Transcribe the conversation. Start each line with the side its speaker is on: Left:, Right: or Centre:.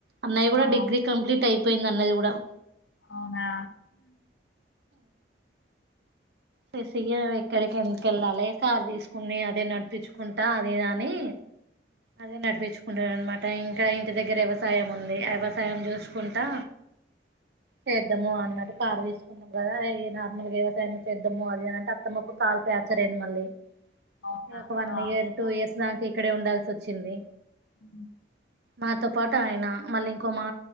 Right: అన్నయ్య కూడా
Left: ఆ,
Right: డిగ్రీ కంప్లీట్ అయిపోయింది అన్నది కూడా
Left: అవునా
Right: చేసి ఎక్కడికి ఎందుక వెళ్ళాలి కారు తీసుకుని అదే నడిపించుకుంటా అదిదని అదే నడిపించుకుంటడు అనమాట ఇంకా ఇంటి దగ్గర వ్యవసాయం ఉంది వ్యవసాయం చూసుకుంటా చేద్దాము అన్నట్టు కారు తీసుకున్నాము కదా ఏ నార్మల్గా వ్యవసాయం చేద్దాముో అది అని అంటే అత్తమ్మక్క కాలు ప్యాచర్య్యంది మళ్ళీ
Left: అవునా
Right: ఇది ఒక వన్
Left: ఆ,
Right: ఇయర్ టూ ఇయర్స్ దాకా ఇక్కడే ఉండాల్సి వచ్చింది
Left: అ
Right: మాతో పాటు ఆయన మళ్ళీ ఇంకో మా